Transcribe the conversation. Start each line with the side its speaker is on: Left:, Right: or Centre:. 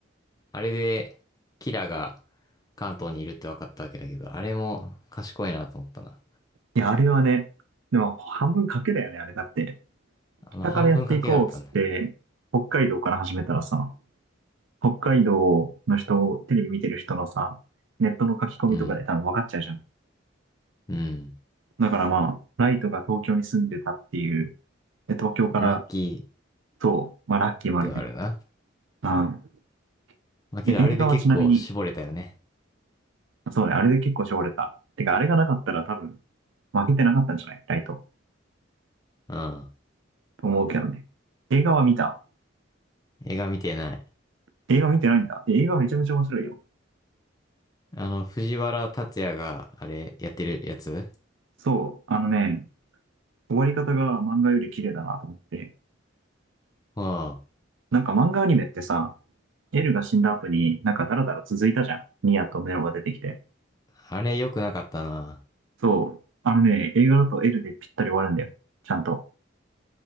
Left: あれで、キラが関東にいるって分かったわけだけど、あれも賢いなと思ったな。
Right: いや、あれはね、でも半分賭けだよね、あれだって。
Left: あまあ、
Right: 北からやっていこうっつって、
Left: 半分賭けだったね。
Right: 北海道から始めたらさ、北海道の人を、テレビ見てる人のさ、ネットの書き込みとかで多分分かっちゃうじゃん。
Left: うん。うん。
Right: だからまあ、ライトが東京に住んでたっていう、で東京から
Left: ラッキ
Right: と、まあラッキーもあるけど。
Left: ーではあるな。
Right: うん
Left: まあ、けどあれで結構絞れたよね。
Right: 映画はちなみに、そうね、あれで結構絞れた。てか、あれがなかったら多分、負けてなかったんじゃないライト。
Left: うん。
Right: と思うけどね。映画は見た。
Left: 映画見てない。
Right: 映画見てないんだ。映画めちゃめちゃ面白いよ。
Left: あの、藤原竜也があれやってるやつ
Right: そう、あのね、終わり方が漫画より綺麗だなと思って。
Left: うん。
Right: なんか漫画アニメってさ、エルが死んだ後になんかダラダラ続いたじゃん。ニアとメロが出てきて。
Left: あれ良くなかったな。
Right: そう。あのね、映画だとエルでぴったり終わるんだよ。ちゃんと。